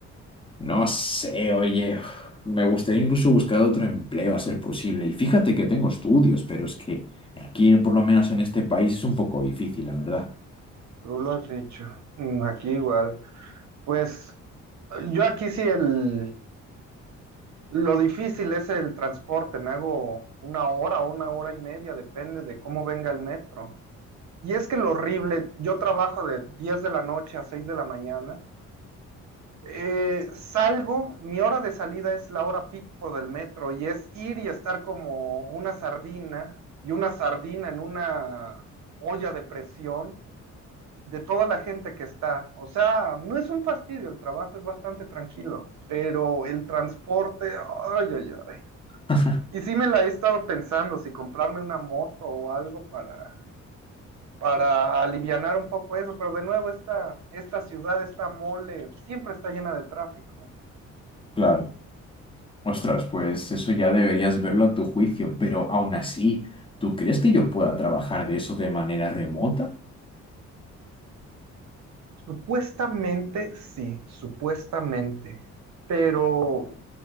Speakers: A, on the left; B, on the right.
A: No sé, oye, uf, me gustaría incluso buscar otro empleo a ser posible. Y fíjate que tengo estudios, pero es que aquí, por lo menos en este país, es un poco difícil, la verdad.
B: Tú lo has dicho. Mm, Aquí igual. Pues yo aquí sí el lo difícil es el transporte. Me hago una hora o una hora y media, depende de cómo venga el metro. Y es que lo horrible, yo trabajo de 10 de la noche a 6 de la mañana Eh, salgo, mi hora de salida es la hora pico del metro y es ir y estar como una sardina y una sardina en una olla de presión de toda la gente que está. O sea, no es un fastidio el trabajo, es bastante tranquilo, pero el transporte, ay, ay, ay.
A: <laughs>
B: Y sí me la he estado pensando, si comprarme una moto o algo para, para alivianar un poco eso, pero de nuevo esta, esta ciudad, esta mole, siempre está llena de tráfico.
A: Claro. Ostras, pues eso ya deberías verlo a tu juicio, pero aún así, ¿tú crees que yo pueda trabajar de eso de manera remota?
B: Supuestamente sí, supuestamente, pero